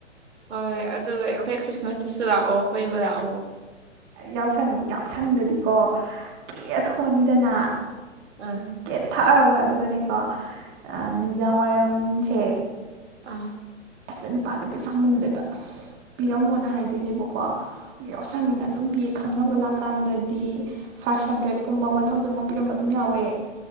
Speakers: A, on the right; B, on the right.
A: ꯍꯣꯏ ꯑꯗꯨꯒ ꯑꯩꯈꯣꯏ ꯈ꯭ꯔꯤꯁꯃꯥꯁꯇꯁꯨ ꯂꯥꯛꯑꯣ ꯀꯣꯏꯕ ꯂꯥꯛꯑꯣ
B: ꯌꯥꯎꯁꯪ ꯌꯥꯎꯁꯪꯗꯗꯤꯀꯣ ꯀꯦꯔ ꯊꯣꯟꯑꯅꯤꯗꯅ
A: ꯑꯥ
B: ꯀꯦꯊꯔꯒ ꯑꯗꯨꯒꯅꯦꯀꯣ ꯅꯨꯃꯤꯗꯥꯡꯋꯥꯏꯔꯝꯁꯦ
A: ꯑꯥ
B: ꯑꯁ ꯅꯨꯄꯥꯗꯩ ꯄꯩꯁꯥ ꯃꯨꯟꯗꯣꯏꯕ ꯄꯤꯔꯝꯃꯣꯅ ꯍꯥꯏꯗꯣꯏꯅꯦꯕꯀꯣ ꯌꯥꯎꯁꯪꯅꯤꯅ ꯑꯗꯨꯝ ꯄꯤꯌꯦ ꯈꯪꯅꯕ ꯂꯥꯛꯀꯥꯟꯗꯗꯤ ꯐꯥꯏꯚ ꯍꯟꯗ꯭ꯔꯦꯠꯀꯨꯝꯕ ꯋꯥꯟ ꯊꯥꯎꯖꯟꯒꯨꯝꯕ ꯄꯤꯔꯝꯕ ꯑꯗꯨꯝ ꯌꯥꯎꯋꯦ